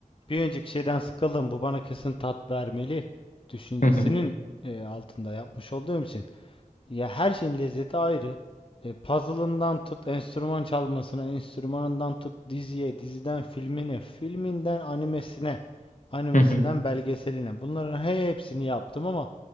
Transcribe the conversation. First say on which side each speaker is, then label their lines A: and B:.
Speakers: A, on the left (about 40°); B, on the left (about 65°).
A: bir önceki şeyden sıkıldım. Bu bana kesin tat vermeli düşüncesinin
B: Hı hı,
A: e, altında yapmış olduğum için. Ya her şeyin lezzeti ayrı. E, puzzle'ından tut enstrüman çalmasına, enstrümanından tut diziye, diziden filmine, filminden animesine, animesinden
B: hı hı,
A: belgeseline. Bunların he- hepsini yaptım ama